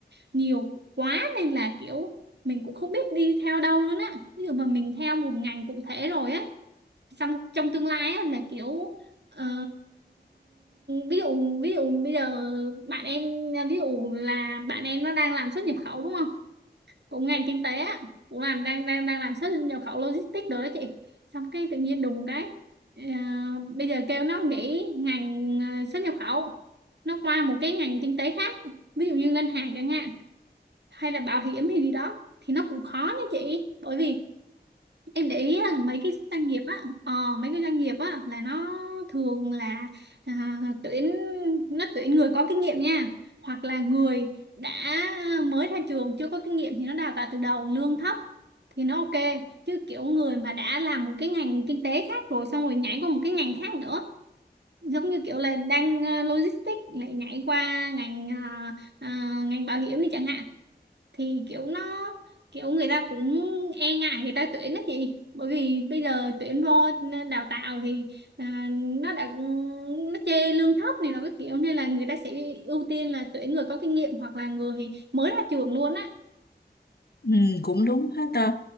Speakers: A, on the right; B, on the left.
A: nhiều quá nên là kiểu mình cũng không biết đi theo đâu luôn á ví dụ mà mình theo một ngành cụ thể rồi á xong trong tương lai á là kiểu ờ, ví dụ ví dụ bây giờ bạn em ví dụ là bạn em nó đang làm xuất nhập khẩu đúng không cũng ngành kinh tế á cũng làm đang đang đang làm xuất nhập khẩu logistics rồi đó chị xong cái tự nhiên đùng cái ờ, bây giờ kêu nó nghỉ ngành ờ, xuất nhập khẩu nó qua một cái ngành kinh tế khác ví dụ như ngân hàng chẳng hạn hay là bảo hiểm hay gì đó thì nó cũng khó nha chị bởi vì em để ý là mấy cái doanh nghiệp á ờ, mấy cái doanh nghiệp á là nó thường là à, tuyển nó tuyển người có kinh nghiệm nha hoặc là người đã mới ra trường chưa có kinh nghiệm thì nó đào tạo từ đầu lương thấp thì nó ok chứ kiểu người mà đã làm một cái ngành kinh tế khác rồi xong rồi nhảy qua một cái ngành khác nữa giống như kiểu là đang à, logistics lại nhảy qua ngành à, à, ngành bảo hiểm đi chẳng hạn thì kiểu nó kiểu người ta cũng e ngại người ta tuyển đó chị bởi vì bây giờ tuyển vô ờ, đào tạo thì à, nó đã ừ, nó chê lương thấp này nó cái kiểu nên là người ta sẽ ưu tiên là tuyển người có kinh nghiệm hoặc là người mới ra trường luôn á
B: Ừ, cũng đúng hết ta